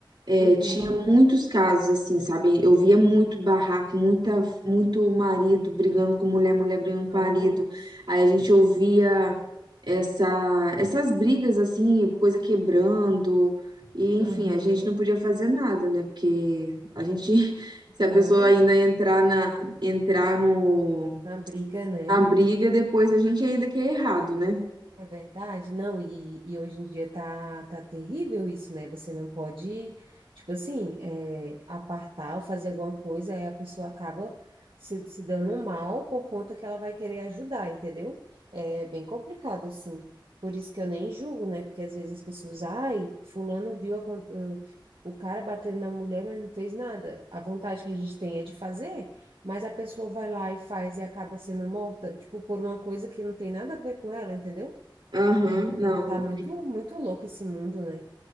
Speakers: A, on the right; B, on the right.
A: É,
B: Uhum.
A: tinha muitos casos assim, sabe? Eu via muito barraco, muita, muito marido brigando com mulher, mulher brigando
B: Nossa.
A: com marido. Aí a gente ouvia essa, essas brigas assim, coisa quebrando. E enfim,
B: Aham.
A: a gente não podia fazer nada, né? Porque a gente, <laughs> se
B: Não,
A: a pessoa ainda entrar na, entrar no,
B: na briga, né?
A: na briga, depois a gente ainda que é errado, né?
B: É verdade, não, e, e hoje em dia tá, tá terrível isso, né? Você não pode, tipo assim, é, apartar ou fazer alguma coisa, aí a pessoa acaba se, se dando mal por conta que ela vai querer ajudar, entendeu? É bem complicado, assim. Por isso que eu nem julgo, né? Porque às vezes as pessoas, ai, fulano viu a con- eh, o cara batendo na mulher, mas não fez nada. A vontade que a gente tem é de fazer, mas a pessoa vai lá e faz e acaba sendo morta, tipo, por uma coisa que não tem nada a ver com ela, entendeu?
A: Aham,
B: E,
A: não,
B: e tá muito, muito louco esse mundo, né?